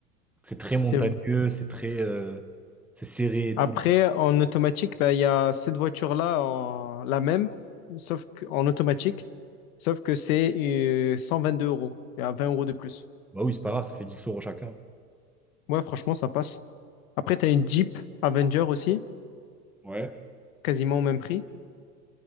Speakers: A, in the centre; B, on the left.
A: C'est très
B: C'est
A: montagneux, c'est très. euh, c'est serré et
B: Après,
A: tout.
B: en automatique, ben, il y a cette voiture-là, en- la même, sauf qu'en automatique, sauf que c'est euh, deux euros. Il y a 20 euros de plus.
A: Bah oui, c'est pas grave, ça fait 10 euros chacun.
B: Ouais, franchement, ça passe. Après, tu as une Jeep Avenger aussi,
A: Ouais.
B: quasiment au même prix.